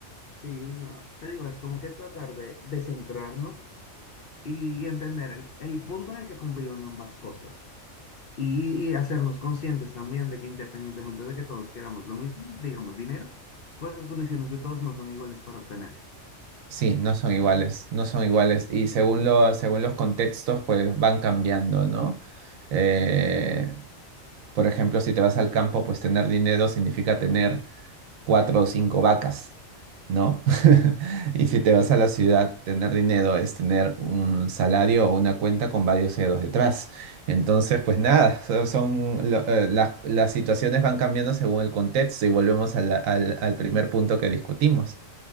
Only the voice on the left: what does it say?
Sí, o sea, te digo, es como que tratar de, de centrarnos y entender el, el punto en el que conviven ambas cosas y, y hacernos conscientes también de que independientemente de que todos queramos lo mismo, digamos dinero, pues las condiciones de todos no son iguales para obtenerlo.